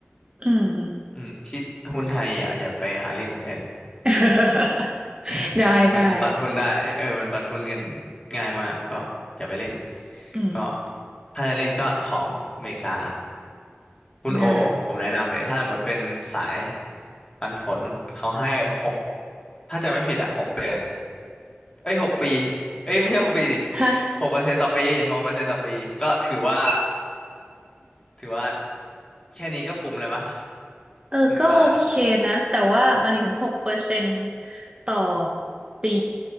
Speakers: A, on the right (about 25°); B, on the left (about 25°).
A: อืม
B: อืมที่หุ้นไทยอย่าอย่าไปหาเล่นเออ
A: <laughs> ได้ได้
B: <laughs> มันปั่นหุ้นได้เออมันปั่นหุ้นกันง่ายมากก็อย่าไปเล่น
A: อืม
B: ก็ถ้าจะเล่นก็ของอเมริกา คุณโอผมแนะนำเลยถ้าหมดเป็นสาย
A: ได้
B: ปันผลเขาให้หกถ้าจะไม่ผิดอะหกเดือนเอ้ยหกปีเอ้ยไม่ใช่หกปีดิ
A: <laughs> ฮะ
B: หกเปอร์เซ็นต์ต่อปีหกเปอร์เซ็นต์ต่อปีก็ถือว่าถือว่าแค่นี้ก็คุ้มแล้วปะ
A: เออก็โอเคนะแต่ว่าหมายถึงหกเปอร์เซ็นต์
B: หนึ่งล้าน
A: ต่อปี